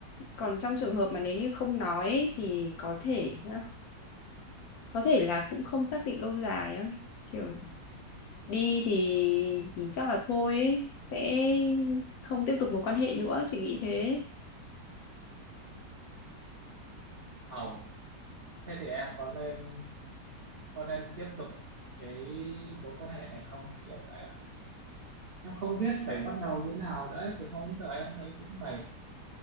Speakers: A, on the left (about 70°); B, on the right (about 70°).
A: còn trong trường hợp mà nếu như không nói ấy, thì có thể ờ, có thể là cũng không xác định lâu dài á kiểu đi thì thì chắc là thôi ấy. sẽ không tiếp tục mối quan hệ nữa chị nghĩ thế
B: Ồ, thế thì em có nên có nên tiếp tục cái mối quan hệ này không? Kiểu em em không biết phải bắt đầu như thế nào nữa. Từ hôm giờ em thấy cũng mệt.